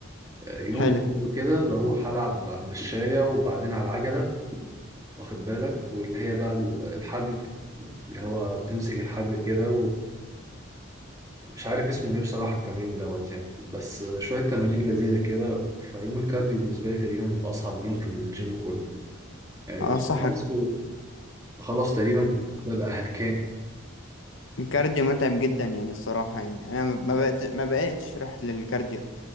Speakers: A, on the right; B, on the left.
A: آه، يوم
B: حلو
A: كده بروح العب على المشاية وبعدين على العجلة واخد بالك واللي هي بقى الحبل اللي هو بتمسك الحبل كده مش عارف اسمه ايه بصراحة التمرين دوت يعني بس شوية تمارين لذيذة كده فيوم الكارديو بالنسبة لي تقريبا بيبقى أصعب يوم في الجيم كله يعني
B: اه
A: بخلص
B: صحك
A: بخلص تقريبا ببقى هلكان
B: الكارديو متعب جدا يعني الصراحة يعني أنا ما بقت ما بقيتش رحت للكارديو